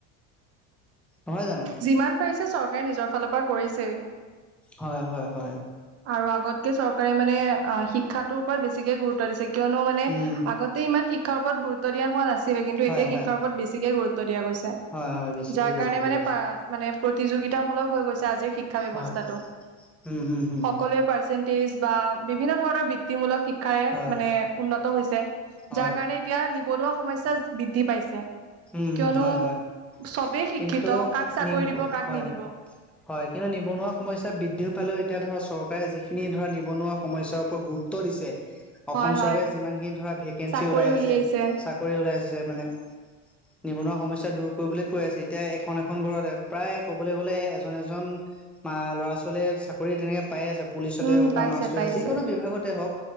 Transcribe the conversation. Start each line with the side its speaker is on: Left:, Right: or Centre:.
Right: <inaudible>
Centre: নহয় জানো?
Right: যিমান পাৰিছে চৰকাৰে নিজৰ ফালৰ পৰা কৰিছেই।
Centre: হয় হয় হয়।
Right: আৰু আগতকে চৰকাৰে মানে শিক্ষাটোৰ ওপৰত বেছিকে গুৰুত্ব দিছে। কিয়নো মানে
Centre: উম
Right: আগতে ইমান শিক্ষাৰ ওপৰত গুৰুত্ব দিয়া হোৱা নাছিলে কিন্তু
Centre: হয়
Right: এতিয়া
Centre: হয়
Right: শিক্ষাৰ ওপৰত বেছিকে গুৰুত্ব দিয়া গৈছে
Centre: হয় হয় বেছিকে
Right: যাৰ
Centre: গুৰুত্ব
Right: কাৰণে মানে
Centre: দিয়া হৈছে
Right: পা মানে প্ৰ প্ৰতিযোগিতা মূলক হৈ গৈছে আজি শিক্ষা ব্যৱস্থাটো
Centre: হয় উম হম হম
Right: সকলোৰে। তেজ বা বিভিন্ন ধৰণৰ বৃত্তিমূলক শিক্ষাৰে
Centre: হয়
Right: মানে উন্নত হৈছে।
Centre: হয়
Right: যাৰ কাৰণে এতিয়া নিবনুৱা সমস্যা বৃদ্ধি পাইছে।
Centre: উম
Right: কিয়নো
Centre: হম হয় হয়
Right: চবেই শিক্ষিত
Centre: কিন্তু
Right: কাক চাকৰি
Centre: নি
Right: দিব কাক
Centre: হয়।
Right: নিদিব।
Centre: হয় কিন্তু নিবনুৱা সমস্যা বৃদ্ধিও পালেও এতিয়া ধৰা চৰ প্ৰায় যিখিনি ধৰা নিবনুৱা সমস্যাৰ ওপৰত গুৰুত্ব দিছে
Right: হয়
Centre: অসম
Right: হয়
Centre: চৰকাৰে যিমানখিনি ধৰা ভেকেঞ্চি
Right: চাকৰি
Centre: ওলাই
Right: উলিয়াইছে
Centre: আছে চাকৰি ওলাই আছে মানে নিবনুৱা সমস্যা দূৰ কৰিবলৈ কৈ আছে এতিয়া এখন এখন ঘৰত প্ৰায় ক'বলৈ গলে এজন এজন বা ল'ৰা ছোৱালীয়ে চাকৰি তেনেকে পাই আছে পুলিচতে
Right: উম
Centre: হওক
Right: পাইছে
Centre: বা মাষ্টৰে
Right: পাইছে
Centre: যিকোনো বিভাগতে হওক